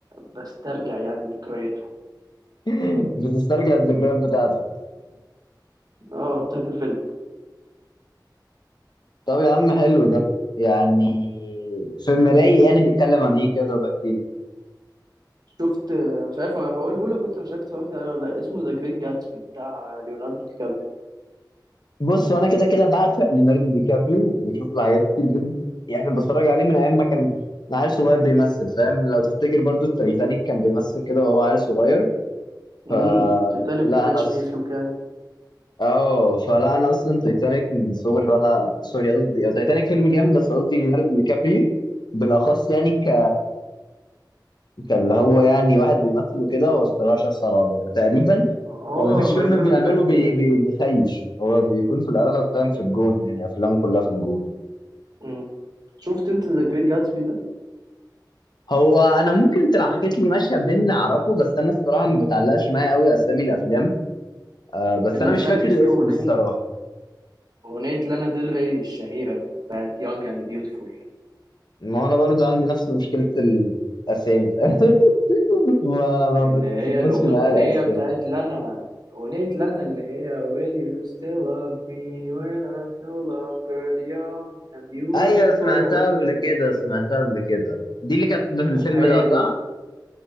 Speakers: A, on the right; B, on the left.
A: بسترجع يعني ذكرياته
B: <laughs> بتسترجع الذكريات بتاعتك
A: <laughs> اه بتاعت الفيلم
B: طب يا عم حلو ده يعني فيلم رايق يعني بيتكلم عن ايه كده طب احكي لي
A: شفت مش عارف هقوله لك كنت مش عارف اتفرجت عليه ولا لا اسمه ذا جريت جاتسبي بتاع ليوناردو دي كابريو
B: بص هو انا كده كده بعشق ليوناردو دي كابريو بشوف له حاجات كتير جدا يعني بتفرج عليه من ايام ما كان عيل صغير بيمثل فاهم لو تفتكر برضو في تايتانيك كان بيمثل كده وهو عيل صغير
A: امم
B: فلا
A: تيتانيك وكاتش
B: انا
A: مي اف يو كان
B: اه فلا انا اصلا تايتانيك من صغري وانا سوري قصدي تايتانيك فيلم جامد بس قصدي ليوناردو دي كابريو بالاخص يعني ك كاللي هو يعني واحد بيمثل وكده هو الصراحه شخص على وضعه فتقريبا
A: هو
B: هو مفيش
A: ماي
B: فيلم
A: فيفورت
B: بيعمله
A: اكتر
B: بي...
A: يعني
B: بي... بيخيش هو بيكون في الاغلب فاهم في الجون يعني افلامه كلها في الجون
A: امم شفت انت ذا جريت جاتسبي ده
B: هو انا ممكن انت لو حكيت لي مشهد منه اعرفه بس انا الصراحه ما بتعلقش معايا قوي اسامي الافلام آه بس
A: اللي
B: انا
A: اتغنت
B: مش فاكر الاسم
A: فيه اغنيه
B: الصراحه
A: اغنيه لانا ديل ري الشهيره بتاعت يونج اند بيوتيفول
B: ما هو انا برضو عندي نفس مشكله الاسامي <laughs> ما ما
A: اللي هي
B: بتربطش
A: الاغنيه
B: معايا الاسامي
A: بتاعت لانا اغنيه لانا اللي هي Will you still love me when I'm no longer young and beautiful
B: ايوه سمعتها قبل كده سمعتها قبل كده دي اللي كانت في الفيلم
A: هي
B: ده صح؟
A: دي.